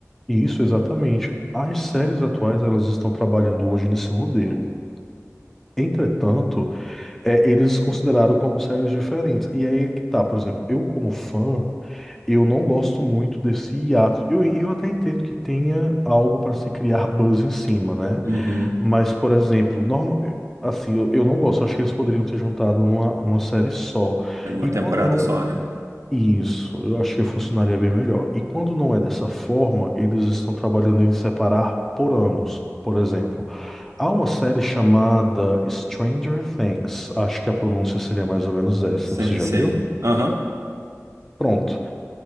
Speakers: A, in the centre; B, on the right (about 70°).
A: Isso, exatamente. As séries atuais, elas estão trabalhando hoje nesse modelo. Entretanto, é, eles consideraram como séries diferentes. E aí é que tá, por exemplo, eu como fã, eu não gosto muito desse hiato. Eu, eu até entendo que tenha algo para se criar buzz em cima, né?
B: Uhum.
A: Mas, por exemplo, normal, assim, eu, eu não gosto. Eu acho que eles poderiam ter juntado numa, numa série só.
B: É numa
A: E
B: temporada
A: quando não,
B: só, né?
A: Isso, eu acho que funcionaria bem melhor. E quando não é dessa forma, eles estão trabalhando em separar por anos. Por exemplo, há uma série chamada Stranger Things. Acho que a pronúncia seria mais ou menos essa.
B: Sim,
A: Você já
B: sim.
A: viu?
B: Aham.
A: Pronto.